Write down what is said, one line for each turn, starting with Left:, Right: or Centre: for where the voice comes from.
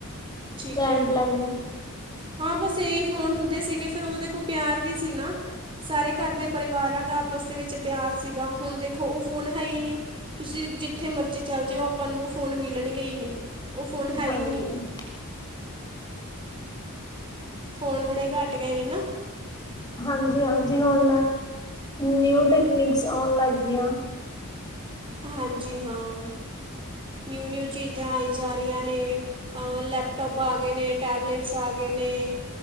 Right: ਠੀਕ
Left: ਲੈਂਡਲਾਈਨ
Right: ਹੈ ਹਾਂ ਬਸ ਇਹੀ ਫੋਨ ਹੁੰਦੇ ਸੀਗੇ ਫਿਰ ਉਦੋ ਵੇਖੌ ਪਿਆਰ ਵੀ ਸੀ ਨਾ ਸਾਰੇ ਘਰ ਦੇ ਪਰਿਵਾਰਾਂ ਦਾ ਆਪਸ ਦੇ ਵਿੱਚ ਪਿਆਰ ਸੀਗਾ, ਹੁਣ ਦੇਖੋ ਉਹ ਫੋਨ ਹੈ ਹੀ ਨਹੀਂ। ਤੁਸੀਂ ਜਿੱਥੇ ਮਰਜ਼ੀ ਚੱਲ ਜਾਓ ਆਪਾਂ ਨੂੰ ਉਹ ਫ਼ੋਨ ਮਿਲਣਗੇ ਹੀ ਨਹੀਂ ਉਹ ਫ਼ੋਨ ਹੈ
Left: ਹਾਂਜੀ,
Right: ਹੀ ਨਹੀਂ। ਫੋਨ ਬੜੇ ਘੱਟ ਗਏ ਨੇ ਨਾ।
Left: ਹਾਂਜੀ, ਹਾਂਜੀ ਹੁਣ ਨਿਊ ਟੈਕਨੀਕਸ ਆਉਣ ਲੱਗ ਗਈਆਂ।
Right: ਹਾਂਜੀ ਹਾਂ, ਨਿਊ, ਨਿਊ ਚੀਜ਼ਾਂ ਆਈ ਜਾ ਰਹੀਆਂ ਨੇ। ਅ ਲੈਪਟੋਪ ਆ ਗਏ ਨੇ, ਟੈਬਲੇਟਸ ਆ ਗਏ ਨੇ।